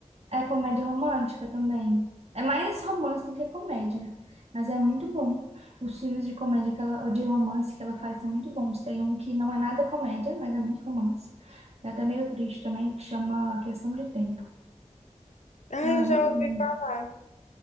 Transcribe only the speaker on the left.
Ah,
eu
já
ouvi
falar.